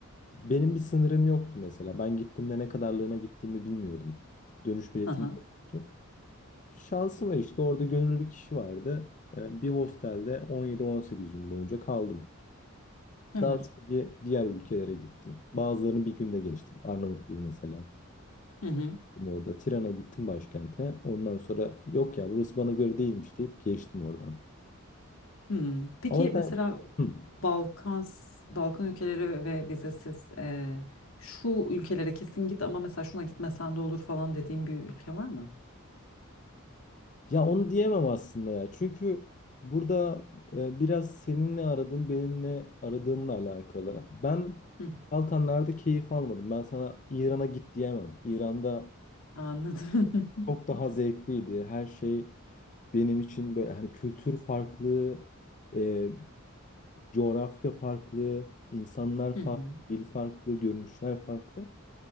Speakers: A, on the left (about 35°); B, on the left (about 80°).
A: benim bir sınırım yoktu mesela. Ben gittiğimde ne kadarlığına gittiğimi bilmiyordum. Dönüş biletim
B: Aha.
A: de yoktu. Şansıma işte orada gönüllü kişi vardı. Ee, Bir hostelde 17-18 gün boyunca kaldım.
B: Evet.
A: Daha sonra di- diğer ülkelere gittim. Bazılarını bir günde geçtim. Arnavutluğu mesela.
B: Hı hı.
A: Orada Tiran'a gittim başkente. Ondan sonra yok ya burası bana göre değilmiş deyip geçtim oradan.
B: Hmm. Peki
A: Ama ben
B: mesela
A: Hı.
B: Balkan Balkan ülkeleri ve vizesiz e, şu ülkelere kesin git ama mesela şuna gitmesen de olur falan dediğim bir ülke var mı?
A: ya onu diyemem aslında ya. Çünkü burada e, biraz senin ne aradığın benim ne aradığımla alakalı. Ben
B: Hı.
A: Balkanlarda keyif almadım. Ben sana İran'a git diyemem. İran'da
B: Anladım. <laughs>
A: Çok daha zevkliydi. Her şey benim için böyle hani kültür farklı, e, coğrafya farklı, insanlar farklı,
B: Hı hı.
A: dil farklı, görünüşler farklı.